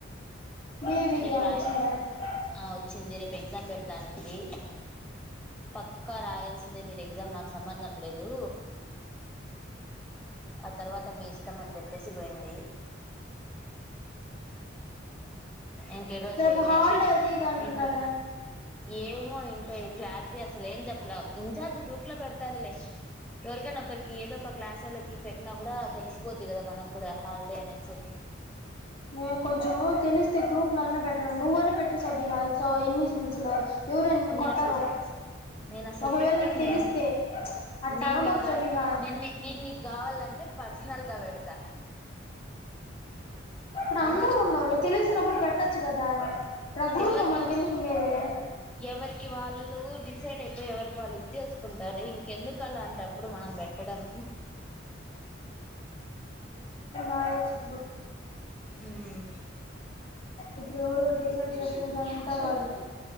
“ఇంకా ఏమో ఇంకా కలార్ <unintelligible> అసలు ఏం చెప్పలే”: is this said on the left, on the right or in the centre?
Centre